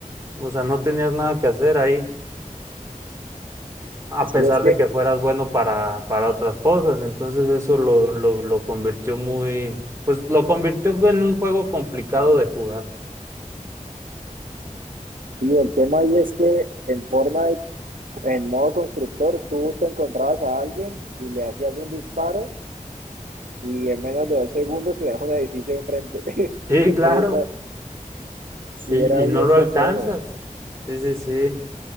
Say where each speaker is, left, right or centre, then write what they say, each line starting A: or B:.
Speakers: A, on the right; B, on the right.
A: o sea, no tenías nada que hacer ahí, a
B: Sí,
A: pesar
B: es que,
A: de que fueras bueno para, para otras cosas. Entonces eso lo, lo, lo convirtió muy, pues lo convirtió en un juego complicado de jugar. <laughs>
B: y el tema ahí es que en Fortnite, en modo constructor, tú te encontrabas a alguien y le hacías un disparo y en menos de dos segundos tenías un edificio enfrente. <laughs>
A: Sí,
B: Entonces,
A: claro,
B: no, sí
A: y,
B: era
A: y
B: bien
A: no lo
B: complejo.
A: alcanzas. Sí, sí, sí.